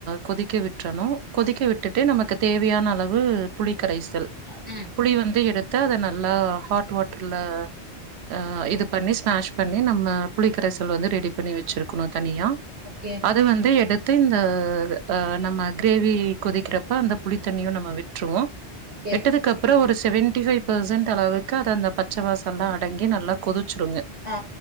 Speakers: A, on the right (about 75°); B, on the right (about 20°).
A: கொதிக்க விட்டுறணும் கொதிக்க விட்டுட்டு நமக்கு தேவையான அளவு புளிகரைசல்
B: ம்
A: புளி வந்து எடுத்து அத நல்லா ஹாட் வாட்டர்ல அ இது பண்ணி ஸ்மாஷ் பண்ணி நம்ம புளி கரைசல் வந்து ரெடி பண்ணி வச்சிருக்கணு தனியா
B: ஓகே
A: அது வந்து எடுத்து இந்த அ நம்ம கிரேவி கொதிக்கிறப்ப அந்த புளித்தண்ணியு நம்ம விட்டுருவோ
B: ஓகே
A: விட்டதுக்கு அப்றோ ஒரு செவன்டி பைவ் பெர்சன்ட் அளவுக்கு அது அந்த பச்ச வாசல்லா அ டங்கி நல்லா கொதிச்சிருங்க
B: அ